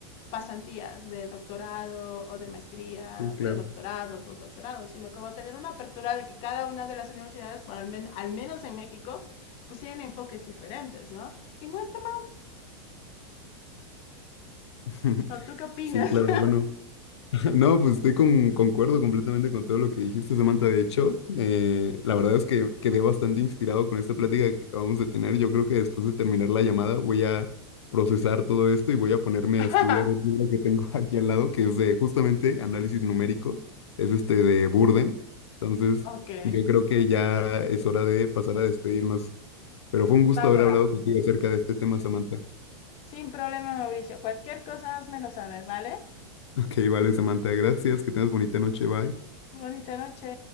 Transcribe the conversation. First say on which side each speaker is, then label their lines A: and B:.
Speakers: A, on the left; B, on the left.
A: pasantías de doctorado o de maestría,
B: Sí, claro.
A: predoctorado, postdoctorado, sino que va a tener una apertura de que cada una de las universidades, por al, men al menos en México, pues tienen enfoques diferentes, ¿no? Y no está mal.
B: <laughs>
A: ¿O tú qué opinas?
B: Sí, claro, bueno. <laughs> No, pues estoy con, concuerdo completamente con todo lo que dijiste, Samantha. De hecho, eh, la verdad es que quedé bastante inspirado con esta plática que acabamos de tener. Yo creo que después de terminar la llamada voy a procesar todo esto y voy a ponerme
A: <laughs>
B: a estudiar el libro que tengo <laughs> aquí al lado, que es de justamente análisis numérico. Es este de Burden. Entonces,
A: ok,
B: yo creo que ya es hora de pasar a despedirnos. Pero fue un gusto
A: va
B: haber
A: que
B: hablado
A: va.
B: contigo acerca de este tema, Samantha.
A: Sin problema, Mauricio. Cualquier cosa, házmelo saber, ¿vale?
B: <laughs> Ok, vale, Samantha. Gracias. Que tengas bonita noche. Bye.
A: Bonita noche.